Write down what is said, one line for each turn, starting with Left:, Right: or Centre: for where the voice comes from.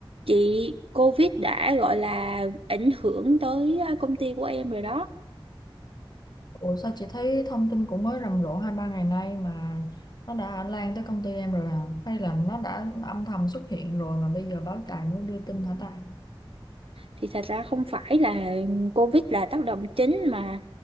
Right: Chị COVID đã gọi là ảnh hưởng tới à, công ty của em rồi đó.
Left: Ủa sao chị thấy thông tin cũng mới rầm rộ hai ba ngày nay mà nó đã lan tới công ty em rồi à? Hay là nó đã âm thầm xuất hiện rồi mà bây giờ báo đài mới đưa tin hả ta?
Right: Thì thật ra không phải là COVID là tác động chính mà